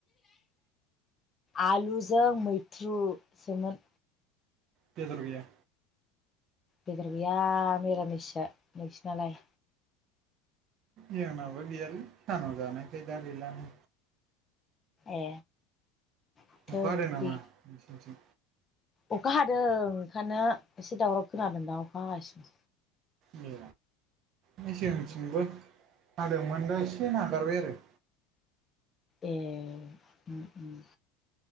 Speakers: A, on the left; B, on the right.
A: आलुजों मैथ्रुसोमोन।
B: बेदर‌ गैया?
A: बेदर गैया मिरामिससो, नोंसिनालाय?
B: जोंनाबो गैयालै सानाव जानायखाय दा गैलानो।
A: ए माथो
B: अखा हादों
A: ओंख्रि
B: नामा नोंसिनिथिं?
A: अखा हादों ओंखानो एसे दावराव खोनादों दा अखा हागासि।
B: ए नै जोंथिंबो हादोंमोनबो दा एसे नागारबाय आरो।
A: ए उम उम